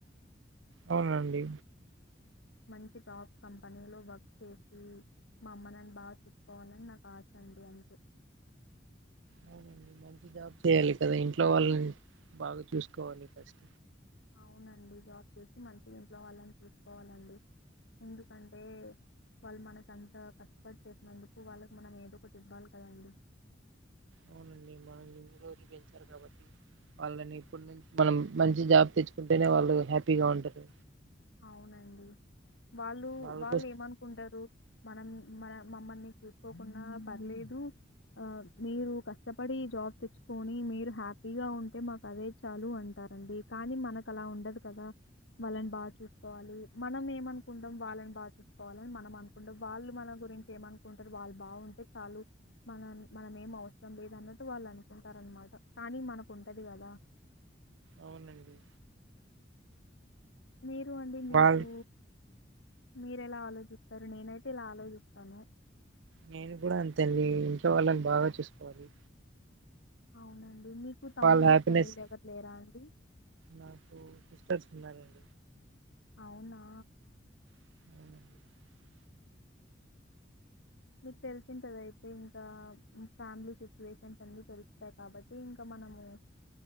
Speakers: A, on the right; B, on the left.
A: అవునండి
B: మంచి టాప్ కంపెనీలో వర్క్ చేసి మా అమ్మ నాని బాగా చెప్పుకోవాలని నాకు ఆశ అండి అంతే
A: అవునండి మంచి జాబ్ చేయాలి కదా ఇంట్లో వాళ్ళని బాగా చూసుకోవాలి కష్ట
B: అవునండి జాబ్ చేసి మంచి ఇంట్లో వాళ్ళని చూసుకోవాలండి ఎందుకంటే వాళ్ళు మనక అంత కష్టపడి చేసినందుకు వాళ్ళకు మనం ఏదో ఒకటి ఇవ్వాలి కదండి
A: అవునండి మనల్ ఎన్ని రోజులు పెంచారు కాబట్టి వాళ్ళని ఇప్పటి నుంచి మనం మంచి జాబ్ తెచ్చుకుంటేనే వాళ్ళు హ్యాపీగా ఉంటారు
B: అవునండి వాళ్ళు
A: వాళ్ళకు
B: వాళ్ళు ఏమనుకుంటారు మనం మన మమ్మల్ని చూసుకోకుండా పర్లేదు ఆ మీరు కష్టపడి జాబ్ తెచ్చుకొని మీరు హ్యాపీగా ఉంటే మాకు అదే చాలు అంటారంండి కానీ మనకు అలా ఉండదు కదా వాళ్ళని బాగా చూ చసుకోవాలి మనం ఏమనుకుంటాం వాళ్ళని బా చూసుకోవాలని మనం అనుకుంటాం వాళ్ళు మన గురించి ఏమనుకుంటారు వాళ్ళు బాగుంటే చాలు మన మనం ఏం అవసరం లేదన్నట్టు వాళ్ళు అనుకుంటారు అనమాట కానీ మనకుంటది కదా
A: అవునండి
B: మీరు అండి మీకు
A: వాళ్ళు
B: మీరు ఎలా ఆలోచిస్తారు నేనైతే ఇలా ఆలోచిస్తాను
A: నేను కూడా అంతేండి ఇంకా వాళ్ళని బాగా చూసుకోవాలి
B: అవునండి. మీకు తమ్ముళ్ళు,
A: వాళ్ళ హ్యాపీనెస్
B: చెల్లెళ్ళు ఎవరు లేరా అండి?
A: నాకు సిస్టర్స్ ఉన్నారండి
B: అవునా
A: అ
B: మీకు తీసుంటది అయితే ఇంకా ఫ్యామిలీ సిచ్యువేషన్స్ అన్నీ తెలుస్తాయి కాబట్టి ఇంకా మనము